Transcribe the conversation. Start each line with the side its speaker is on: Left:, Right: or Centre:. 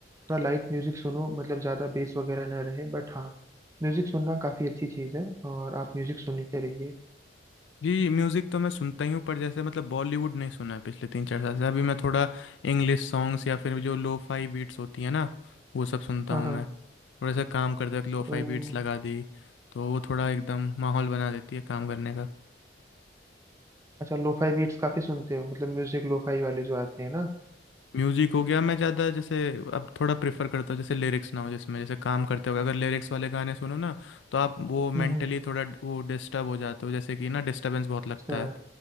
Right: थोड़ा लाइट म्यूजिक सुनो मतलब ज्यादा बेस वगैरह ना रहे बट हाँ म्यूजिक सुनना काफी अच्छी चीज है और आप म्यूजिक सुनते रहिए
Left: जी म्यूज़िक तो मैं सुनता ही हूँ पर जैसे मतलब बॉलीवुड नहीं सुना है पिछले तीन चार साल से अभी मैं थोड़ा इंग्लिश सॉन्ग्स या फिर जो लो फाई बीट्स होती है ना वो सब सुनता
Right: हाँ
Left: हूँ
Right: हाँ
Left: मैं थोड़ा सा काम करते वक्त लो
Right: तो
Left: फाई बीट्स लगा दी तो वो थोड़ा एकदम माहौल बना देती है काम करने का
Right: अच्छा लोफाई बीट्स काफी सुनते हो मतलब म्यूजिक लोफाई वाले जो आते हैं ना
Left: म्यूज़िक हो गया मैं ज़्यादा जैसे अब थोड़ा प्रेफर करता हूँ जैसे लिरिक्स ना हो जिसमें जैसे काम करते वक्त अगर लिरिक्स वाले गाने सुनो ना तो आप वो
Right: हम्म
Left: मेंटली
Right: हम्म,
Left: थोड़ा ड- वो डिस्टर्ब हो जाते हो जैसे कि ना डिस्टर्बेंस बहुत लगता
Right: अच्छा
Left: है